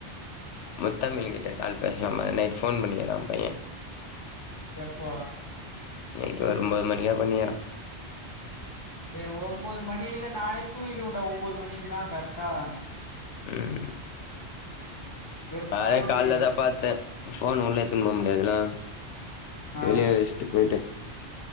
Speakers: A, on the left; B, on the left.
A: முத்தமிழு கிட்ட கால் பேசலாமா நைட்டு ஃபோன் பண்ணிகிறா பைய
B: எப்போ
A: நைட்டு ஒரு ஒம்போது மணிகா பண்ணிகிறா
B: டே ஒம்போது மணில நானே தூங்கிடுவண்டா ஒம்போது மணிங்லா கரட்டா
A: ம்
B: வெறுப்பாகுது
A: அதே காலலதா பாத்த ஃபோன் உள்ள எத்துன் போ முடியாதுலா
B: ஆ
A: வெளியவே வெஸ்ட்டு போய்ட்டு